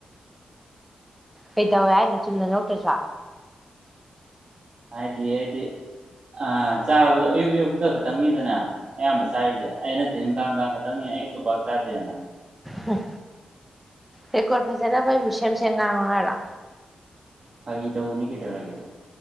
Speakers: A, in the centre; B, on the right (about 40°).
A: ꯀꯩꯗꯧꯋꯦ ꯍꯥꯏꯅꫭ ꯆꯨꯝꯅ ꯅꯣꯛꯇ꯭ꯔꯁꯨ꯫
B: ꯍꯥꯏꯗꯤ ꯑꯗꯤ ꯑ ꯆꯥꯕꯗꯣ ꯑꯌꯨꯛ ꯑꯌꯨꯛꯇ ꯈꯛꯇꯪꯅꯤꯗꯅ ꯑꯌꯥꯝꯕ ꯆꯥꯔꯤꯁꯦ ꯑꯩ ꯅꯠꯇꯦ ꯅꯨꯡꯗꯥꯡ ꯅꯨꯡꯗꯥꯡ ꯈꯛꯇꯪꯅꯤ ꯑꯌꯨꯛꯇ ꯄꯥꯛ ꯆꯥꯗꯦꯗꯅ꯫
A: ꯍꯨꯡ ꯔꯦꯀꯣꫪꯠ ꯐꯖꯅꯅꯕ ꯑꯩꯕꯨ ꯁꯦꯝ ꯁꯦꯝ ꯉꯥꯡꯉꫭ ꯍꯥꯏꯔꯣ꯫
B: ꯐꯒꯤ ꯇꯧꯕꯅꯤ ꯀꯩꯗꯧꯔꯒꯦ꯫